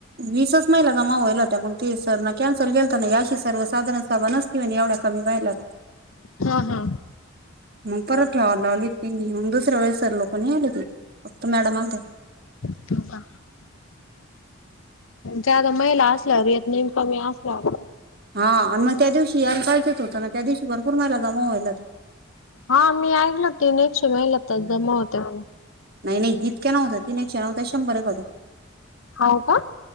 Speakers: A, on the right; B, on the left.
A: वीसच महिला जमा व्हाल होत पण सर ना कॅन्सल गेलत ना अशी सर्व साधारण सावण असती एवढ्या कमी महिला
B: हा हा
A: मग परत ठेवाला लावली ती मग दुसऱ्या वेळेस लोकणी आले त फक्त मॅडम आ
B: बा जादा महिला असल्या रेत नेम कमी असल्यावर
A: हा आणि मग त्या दिवशी कायचेत होतं ना त्या दिवशी भरपूर महिला जमावा्हायला ते
B: हा मी ऐकलोती एकशे महिला तर जमा होत्या म्ह
A: नाही नाही इतक्या नव्हत्या तीन एकशे नव्हत्या शंभर एक का होत्या
B: हो का